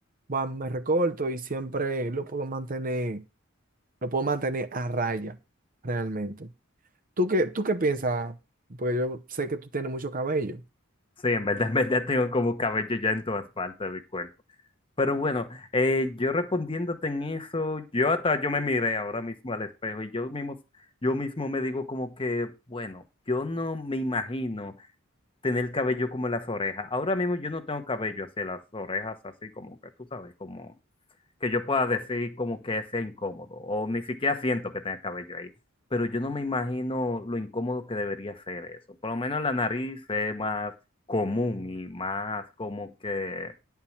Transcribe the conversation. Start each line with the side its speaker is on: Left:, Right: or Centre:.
Right: va, me recorto y siempre lo puedo mantener, lo puedo mantener a raya, realmente. ¿Tú qué, tú qué piensas? Porque yo sé que tú tienes mucho cabello.
Left: Sí, en verdad, en verdad tengo como cabello ya en todas partes de mi cuerpo. Pero bueno, eh, yo respondiéndote en eso, yo hasta yo me miré ahora mismo al espejo y yo mismo, yo mismo me digo como que, bueno, yo no me imagino tener cabello como en las orejas. Ahora mismo yo no tengo cabello hacia las orejas, así como que tú sabes, como que yo pueda decir como que sea incómodo o ni siquiera siento que tenga cabello ahí. Pero yo no me imagino lo incómodo que debería ser eso. Por lo menos la nariz es más común y más como que